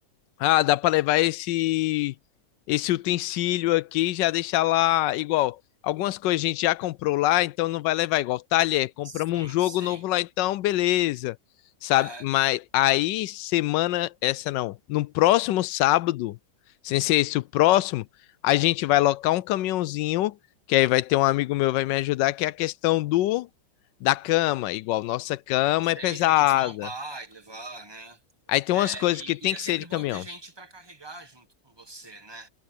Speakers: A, on the left; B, on the right.
A: Ah, dá para levar esse esse utensílio aqui e já deixar lá igual. Algumas coisas a gente já comprou lá, então não vai levar igual. Talher, compramos
B: Sim,
A: um jogo
B: sim.
A: novo lá, então beleza. Sabe?
B: É,
A: Mas aí semana essa não, no próximo sábado, sem ser esse o próximo, a gente vai locar um caminhãozinho, que aí vai ter um amigo meu vai me ajudar, que é a questão do da cama, igual nossa cama
B: sei,
A: é pesada.
B: tem que desmontar e levar, né?
A: Aí tem
B: É,
A: umas coisas
B: e,
A: que tem
B: e é
A: que
B: sempre
A: ser de caminhão.
B: bom ter gente para carregar junto com você, né?